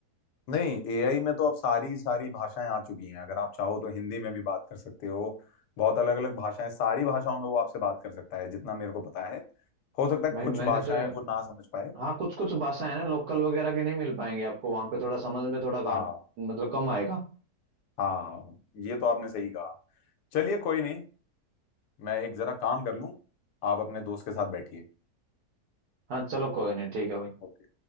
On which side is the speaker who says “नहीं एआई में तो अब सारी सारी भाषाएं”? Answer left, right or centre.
Left